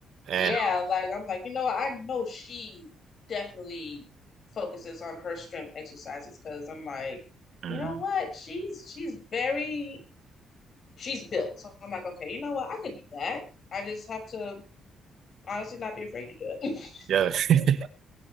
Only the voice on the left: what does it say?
Yeah, like I'm like, you know, I know she definitely focuses on her strength exercises because I'm like,
you know what? She's she's very she's built. So I'm like, okay, you know what? I could do that. I just have to honestly not be afraid to do it. <laughs>